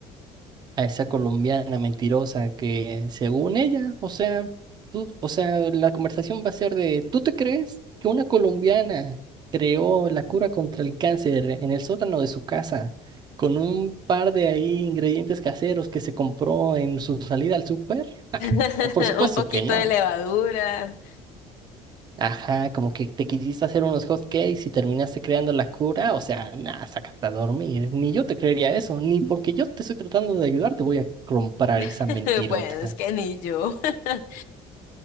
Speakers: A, on the right (about 30°); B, on the left (about 80°).
A: a esa colombiana mentirosa que según ella, o sea, tú, o sea, la conversación va a ser de, ¿tú te crees que una colombiana creó la cura contra el cáncer en el sótano de su casa con un par de ahí ingredientes caseros que se compró en su salida al súper?
B: <laughs>
A: Por supuesto
B: Un poquito
A: que no.
B: de levadura.
A: Ajá, como que te quisiste hacer unos hot cakes y terminaste creando la cura, o sea, nada, sácate a dormir. Ni yo te creería eso, ni porque yo te estoy tratando de ayudar te voy a comprar esa
B: <laughs>
A: mentirota.
B: Bueno, es que ni yo. <laughs>